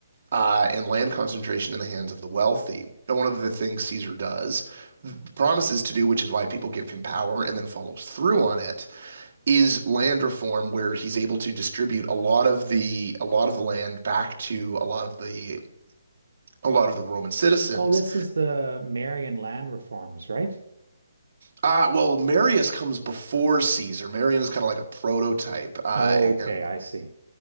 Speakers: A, on the right (about 50°); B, on the right (about 80°).
A: uh, and land concentration in the hands of the wealthy. And one of the things Caesar does, promises to do, which is why people give him power and then follows through on it, is land reform, where he's able to distribute a lot of the a lot of the land back to a lot of the a lot of the Roman citizens.
B: Oh, this is the Marian land reforms, right?
A: Uh, well, Marius comes before Caesar. Marius is kind of like a prototype, uh,
B: Oh, okay,
A: and
B: I see.